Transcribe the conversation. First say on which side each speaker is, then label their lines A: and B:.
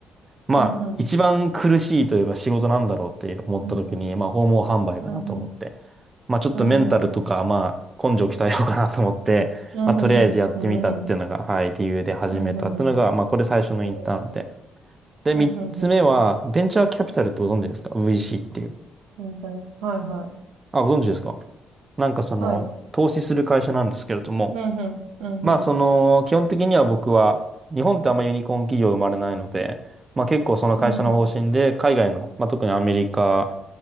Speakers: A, on the right (about 25°); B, on the right (about 85°).
A: まあ、
B: うんうん。
A: 一番苦しいというか仕事なんだろうって思った時に、
B: うんうん。
A: まあ、訪問販売かなと思って。
B: うんうん。
A: まあ、ちょっとメンタルとか、
B: うんうんうん。
A: まあ、根性鍛えようかなと思って、
B: うんうんうん。
A: まあ、とりあえずやってみたっていうのが、
B: うんうんうん。
A: はい、理由で始めたっていうのが、
B: うんうんうん。
A: まあ、これ最初のインターンで。
B: お
A: で、三つ目は、
B: ーうんうんうん。
A: ベンチャーキャピタルってご存知ですか ?VC っていう。
B: 全然。はいはい。
A: あ、ご存知ですかなんかその、
B: はい。
A: 投資する会社なんですけれども、
B: うんうん。うんうん。
A: まあ、その、基本的には僕は、日本ってあんまユニコーン企業生まれないので、まあ結構その会社の方針で、
B: うんう
A: 海外の、まあ特にアメリカ、